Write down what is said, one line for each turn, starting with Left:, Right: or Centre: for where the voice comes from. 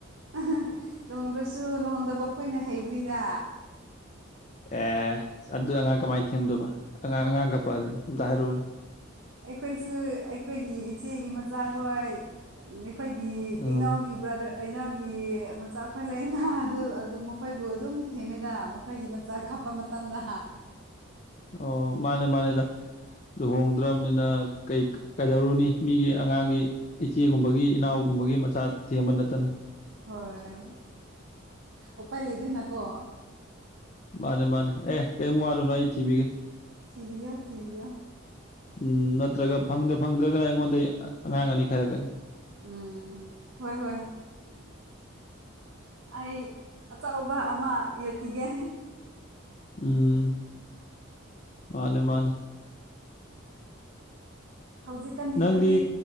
Right: ꯑꯍꯥ ꯂꯨꯍꯣꯡꯗ꯭ꯔꯁꯨ ꯂꯨꯍꯣꯡꯗꯕ ꯑꯩꯈꯣꯏꯅ ꯍꯩꯕꯅꯤꯗ
Left: ꯑꯦ ꯑꯗꯨ ꯑꯉꯥꯡ ꯀꯃꯥꯏꯅ ꯊꯦꯝꯗꯨꯏꯕ ꯑꯉꯥꯡ ꯑꯉꯥꯡ ꯀꯄꯛꯑꯗꯤ ꯑꯝꯇ ꯍꯥꯏꯔꯛꯎꯅꯦ
Right: ꯑꯩꯈꯣꯏꯁꯨ ꯑꯩꯈꯣꯏꯒꯤ ꯏꯆꯦꯒꯤ ꯃꯆꯥꯈꯣꯏ ꯑꯩꯈꯣꯏꯒꯤ
Left: ꯎꯝ
Right: ꯏꯅꯥꯎꯒꯤ ꯕ꯭ꯔꯗꯔ ꯀꯩꯅꯣꯒꯤ ꯃꯆꯥꯈꯣꯏ ꯂꯩꯅꯥ ꯑꯗꯨ ꯑꯗꯨꯝ ꯃꯈꯣꯏꯕꯨ ꯑꯗꯨꯝ ꯊꯦꯡꯃꯤꯗ ꯃꯈꯣꯏꯒꯤ ꯃꯆꯥꯥ ꯀꯞ ꯄ ꯃꯇꯝꯗ
Left: ꯑꯣ ꯃꯥꯅꯦ ꯃꯥꯅꯦꯗ ꯂꯨꯍꯣꯡ ꯗꯔꯕꯅꯤꯅ ꯀꯩ ꯀꯩꯗꯧꯔꯨꯅꯤ ꯃꯤꯒꯤ ꯑꯉꯥꯡꯒꯤ ꯏꯆꯦꯒꯨꯝꯕꯒꯤ ꯏꯅꯥꯎꯒꯨꯝꯕꯒꯤ ꯃꯆꯥ ꯊꯦꯝꯕ ꯅꯠꯇꯅ
Right: ꯍꯣꯏ ꯎꯄꯥꯏ ꯂꯩꯇꯦꯅꯀꯣ
Left: ꯃꯥꯅꯦ ꯃꯥꯅꯦ ꯑꯦ ꯀꯩꯝ ꯋꯥꯔꯨꯅꯣ ꯑꯩ ꯊꯤꯕꯤꯒꯦ
Right: ꯊꯤꯕꯤꯌꯣ ꯊꯤꯕꯤꯌꯣ
Left: ꯎꯝ ꯅꯠꯇ꯭ꯔꯒ ꯐꯪꯗ ꯐꯪꯗ꯭ꯔꯒꯅ ꯑꯩꯉꯣꯟꯗꯩ ꯑꯉꯥꯡ ꯑꯅꯤ ꯈꯥꯢꯔꯛꯀꯅꯤ
Right: ꯎꯝ ꯍꯣꯏ ꯍꯣꯏ ꯑꯩ ꯑꯆꯧꯕ ꯑꯃ ꯌꯣꯛꯄꯤꯒꯦ
Left: ꯎꯝ ꯃꯥꯅꯦ ꯃꯥꯅꯦ
Right: ꯍꯧꯖꯤꯛꯀꯥꯟꯗꯤ
Left: ꯅꯪꯗꯤ
Right: ꯀꯔꯤ